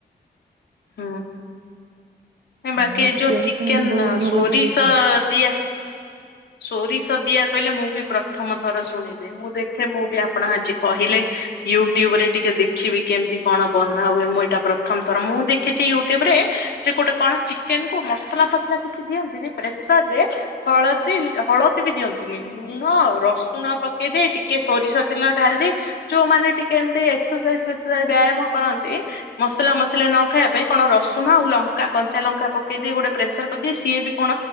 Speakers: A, on the left; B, on the right.
A: ହଁ।
B: ଆଉ
A: ବାକି ଯୋଉ ଚିକେନ
B: ସେମିତି ବହୁତ ଭଲ
A: ସୋରିଷ
B: କରିକି ଖାଏ।
A: ଦିଆ ସୋରିଷ ଦିଆ କହିଲେ ମୁଁ ବି ପ୍ରଥମ ଥର ଶୁଣିଲି। ମୁଁ ଦେଖେ ମୁଁ ବି ଆପଣ ଆଜି କହିଲେ, ୟୁଟ୍ୟୁବରେ ଟିକେ ଦେଖିବି କେମିତି କଣ ବନା ହୁଏ? ମୁଁ ଏଇଟା ପ୍ରଥମ ଥର, ମୁଁ ଦେଖିଛି ୟୁଟ୍ୟୁବ ରେ ଯେ ଗୋଟେ କଣ ଚି ଚିକେନ କୁ ମସଲା ଫସଲା କିଛି ଦିଅନ୍ତିନି, ପ୍ରେସରରେ ହଳ ହଳଦୀ ବି ଦିଅନ୍ତିନି। ଲୁଣ, ରସୁଣ ପକେଇଦେଇ ଟିକେ ସୋରିଷ ତେଲ ଢାଳିଦେଇ ଯୋଉମାନେ ଟିକେ ଏମତି ଏକ୍ସରସାଇଜ ଫେସ୍କରସାଇଜ ବ୍ୟାୟାମ କରନ୍ତି ମସଲା ମସଲି ନ ଖାଇବା ପାଇଁ, କଣ ରସୁଣ ଆଉ ଲଙ୍କା କଞ୍ଚା ଲଙ୍କା ପକେଇଦିଏ ଗୋଟେ ପ୍ରେସର କରିଦିଏ। ସିଏ ବି କଣ